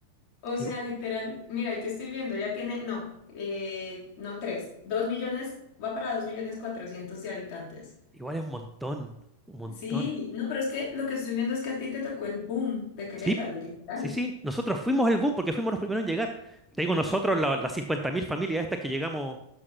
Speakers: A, on the left; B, in the centre.
A: O sea,
B: Igu-
A: literal, mira, el que estoy viendo ya tiene, no, eh, no tres, dos millones, va para dos millones cuatrocientos de habitantes.
B: Igual es un montón, un montón.
A: Sí, no, pero es que lo que estoy viendo es que a ti te tocó el boom de Querétaro,
B: Sí,
A: literal.
B: sí, sí. Nosotros fuimos el boom porque fuimos los primeros en llegar. Te digo, nosotros, la- las 50.000 familias estas que llegamos